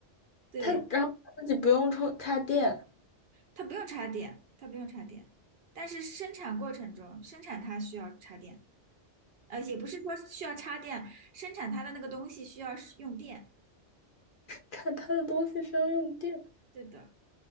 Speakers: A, on the right; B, on the left.
A: 对，
B: 它然后它自己不用充插电，
A: 它不用插电，它不用插电，但是生产过程中，生产它需要插电，呃，也不是说需要插电，生产它的那个东西需要使用电。
B: 看它的东西是要用电，
A: 对的，